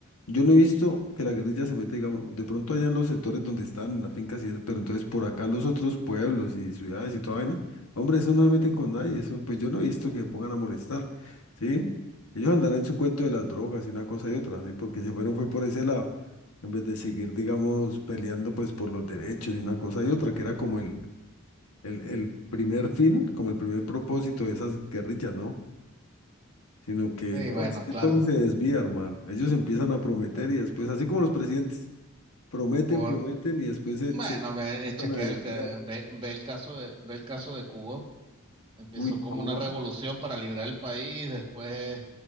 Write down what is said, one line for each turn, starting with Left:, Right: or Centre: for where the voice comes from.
Left: yo no he visto que la guerrilla se meta digamos, de pronto allá en los sectores donde están, en las fincas y eso, pero entonces por acá los otros pueblos y ciudades y toda vaina, hombre, eso no se meten con nadie, eso, pues yo no he visto que pongan a molestar, ¿sí? Ellos andarán en su cuento de las drogas y una cosa y otra, ¿sí? Porque se fueron fue por ese lado en vez de seguir, digamos, peleando pues por los derechos y una cosa y otra, que era como el, el, el primer fin, como el primer propósito de esas guerrillas, ¿no? Sino que,
Right: sí,
Left: no,
Right: bueno,
Left: es que
Right: claro,
Left: todo se desvía, hermano. Ellos empiezan a prometer
Right: ah,
Left: y después, así como los presidentes, prometen,
Right: por,
Left: prometen y después se,
Right: bueno,
Left: se
Right: ve,
Left: empiezan
Right: eh, chequea
Left: a desviar.
Right: el, que- ve, ve el caso de, ve el caso de Cuba, empezó
Left: Uy,
Right: como
Left: Cuba.
Right: una revolución para librar el país, después,